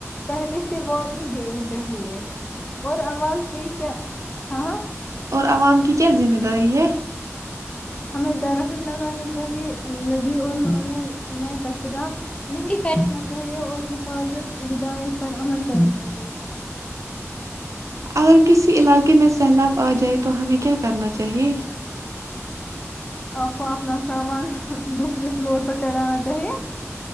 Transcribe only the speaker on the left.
پہلے سے وارننگ دینی چاہیے اور عوام کے کیا ہاں
ہمیں درخت لگانے چاہیے ندی اور نالوں میں کچرا نہیں پھینکا چاہیے اور حفاظت ہدایت پر عمل کرنی چاہیے
آپ کو اپنا سامان دوسرے فلور پر چڑھانا صحیح ہے